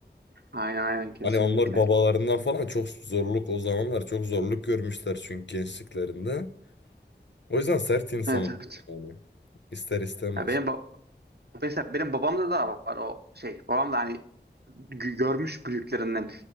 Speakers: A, on the right; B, on the left.
A: Aynen aynen kesinlikle.
B: Hani onlar babalarından falan çok zorluk o zamanlar çok zorluk görmüşler çünkü gençliklerinde. O yüzden sert insanlar
A: Evet evet.
B: yani. İster istemez.
A: Ya benim bab- Mesela benim babamda da var o şey. Babam da hani gö- görmüş büyüklerinden.